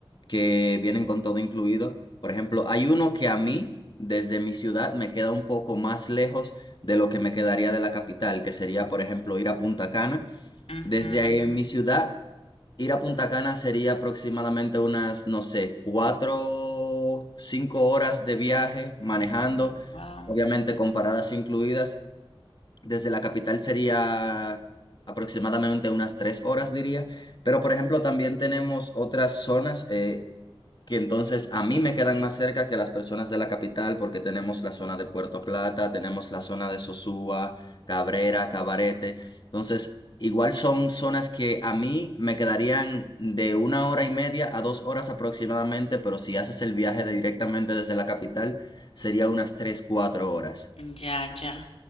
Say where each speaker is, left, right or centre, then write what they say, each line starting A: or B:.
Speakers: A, on the left; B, on the left.
A: que vienen con todo incluido. Por ejemplo, hay uno que a mí, desde mi ciudad, me queda un poco más lejos de lo que me quedaría de la capital, que sería, por ejemplo, ir a Punta Cana.
B: ujú,
A: Desde ahí
B: ujú.
A: en mi ciudad. Ir a Punta Cana sería aproximadamente unas, no sé, cuatro, cinco horas de viaje manejando,
B: Oh, wow.
A: obviamente con paradas incluidas. Desde la capital sería aproximadamente unas tres horas, diría. Pero, por ejemplo, también tenemos otras zonas. eh, que entonces a mí me quedan más cerca que las personas de la capital porque tenemos la zona de Puerto Plata, tenemos la zona de Sosúa, Cabrera, Cabarete. Entonces, igual son zonas que a mí me quedarían de una hora y media a dos horas aproximadamente, pero si haces el viaje de directamente desde la capital, sería unas tres, cuatro horas.
B: Ya, ya.